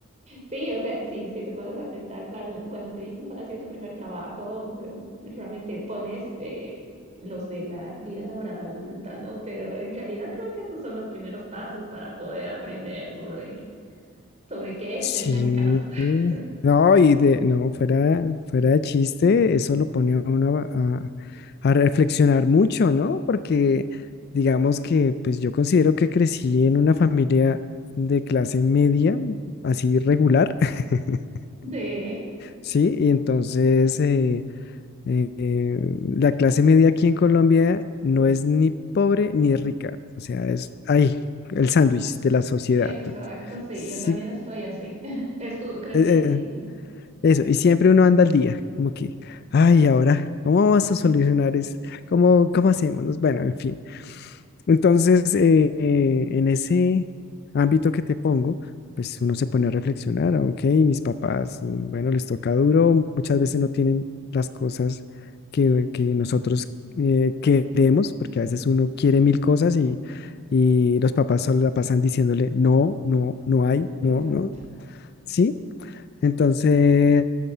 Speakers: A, on the right; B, on the left.
A: Sí, o sea, si, si te pones a pensar, claro, cuando te dicen cuál ha sido tu primer trabajo, eh, realmente pones eh, los de la vida laboral adulta, ¿no? Pero en realidad creo que esos son los primeros pasos para poder aprender sobre, sobre qué es
B: Sí,
A: el mercado. <laughs>
B: no, y de, no, fuera, fuera de chiste, eso lo pone a uno a, a- a reflexionar mucho, ¿no? Porque digamos que, pues yo considero que crecí en una familia de clase media, así regular, <laughs>
A: Sí,
B: ¿sí? Y entonces eh, eh, eh, la clase media aquí en Colombia no es ni pobre ni rica, o sea, es ahí, el sándwich de la sociedad.
A: exacto, sí,
B: Sí,
A: yo también estoy así. <laughs> Estu crecí
B: eh,
A: así,
B: eh,
A: sí.
B: eso, y siempre uno anda al día, como que, ay, ahora, ¿cómo vamos a solucionar eso? ¿Cómo, cómo hacemos? Nos- Bueno, en fin. Entonces, eh, eh, en ese ámbito que te pongo, pues uno se pone a reflexionar, ok, mis papás, mm, bueno, les toca duro, muchas veces no tienen las cosas que, que nosotros eh, queremos, porque a veces uno quiere mil cosas y, y los papás solo la pasan diciéndole, no, no, no hay, no,
A: Exacto.
B: no, ¿sí? Entonces,